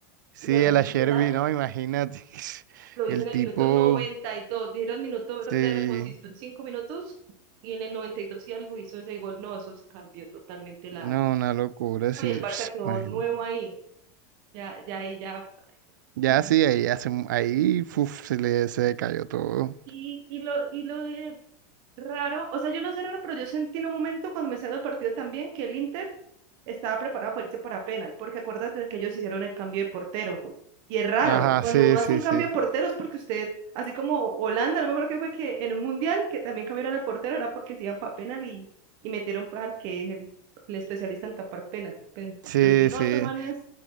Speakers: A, on the right; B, on the right.
A: Sí,
B: Y lo, literal,
A: el a Sherby, no, imagínate. <laughs>
B: lo
A: El
B: hizo en el
A: tipo,
B: minuto noventa y dos, Dieron minuto
A: Sí.
B: de reposición, 5 minutos, y en el 92 y algo hizo ese gol. No, eso cambió totalmente la
A: No, una locura, sí.
B: y
A: <sniffs>
B: el Barça quedó
A: Imagínate.
B: nuevo ahí. Ya, ya, y ya.
A: Ya
B: Y,
A: sí, ahí hace, ahí uf, se le se le cayó todo.
B: y, y lo, y lo de raro, o sea, yo no sé raro, pero yo sentí en un momento cuando me salió el partido también que el Inter estaba preparado para irse para penal, porque acuérdate de que ellos hicieron el cambio de portero. Y es raro,
A: Ajá,
B: cuando
A: sí,
B: uno hace
A: sí,
B: un cambio
A: sí.
B: de portero es porque usted, así como Holanda, no me acuerdo qué fue que en el Mundial, que también cambiaron el portero, era porque se iban para penal y, y metieron pues al que es el, el especialista en tapar penal. Pen-
A: Sí,
B: Entonces, dije, no,
A: sí.
B: estos manes